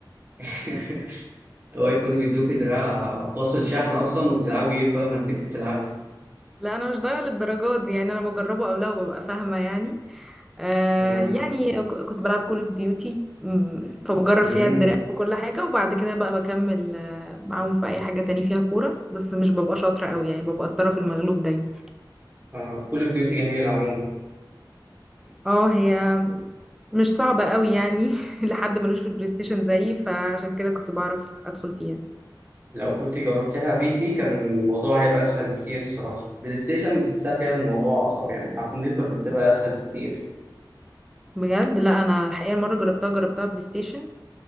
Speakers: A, on the right (about 25°); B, in the centre.
A: <laughs> هو يكونوا بيدوك دراع فاصل شحن اصلا وبتلعبي بيه فاهمه انك انت بتلعبي
B: <laughs> لا انا مش ضايعه للدرجات دي يعني انا بجربه او لا وببقى فاهمه يعني آه
A: مم.
B: يعني ك- كنت بلعب كول اوف ديوتي فبجرب
A: امم
B: فيها الدراع وكل حاجه وبعد كده بقى بكمل آه، معاهم في اي حاجه تاني فيها كوره بس مش ببقى شاطره قوي يعني ببقى الطرف المغلوب دايما
A: آه، كل فيديوهاتي جميل عموما
B: اه هي مش صعبة قوي يعني <laughs> لحد ملوش في البلاي ستيشن زيي فعشان كده كنت بعرف ادخل فيها
A: لو كنت جربتها بي سي كان الموضوع هيبقى اسهل بكتير الصراحه بلاي ستيشن بتحسها فيها الموضوع اصعب يعني على الكمبيوتر بتبقى اسهل بكتير
B: بجد لا انا الحقيقة المرة جربتها جربتها بلاي ستيشن